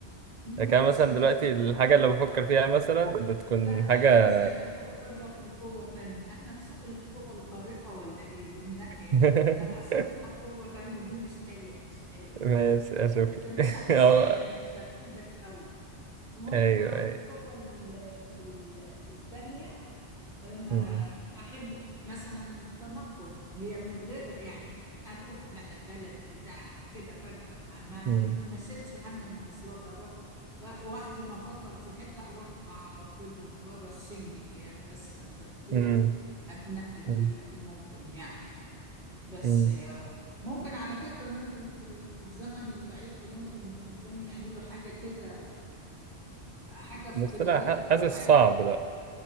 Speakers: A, on the right; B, on the right.
A: لكن
B: ماشي
A: أنا مثلا دلوقتي الحاجه اللي بفكر فيها مثلا بتكون
B: لا اعمل
A: حاجه
B: زي وفكر لك بقوة تانية احنا في سوق القوة الخارقة ولا ايه بننقي
A: <laughs>
B: لا اشوف لك قوة تانية دي مش حلوة مش حلوة
A: ماشي
B: لا
A: اشوف
B: حتى
A: لك
B: مش هتسعدك
A: <laughs> اه
B: مش هتفيدك قوي ممكن
A: ايوه
B: انا
A: ايوه
B: القوة ال- ال- التانية انا
A: أمم،
B: احب مثلا التنقل هي من غير يعني اروح بقى بلد بتاع كده فجأة ما ما
A: أمم،
B: هي- ما شيلش هم المواصلات اروح فوقت ما افكر في حتة اروحها على طول بمجرد سينكينج يعني بس التفكير
A: أمم،
B: اتنقل فيها
A: أمم،
B: دي ممكن يعني بس
A: أمم.
B: آه، ممكن على فكرة ممكن في الزمن البعيد ممكن قدامي يعملوا حاجة كده حاجة افتراضية
A: بس لا ح-
B: او
A: حاسس
B: حاجة
A: صعب لا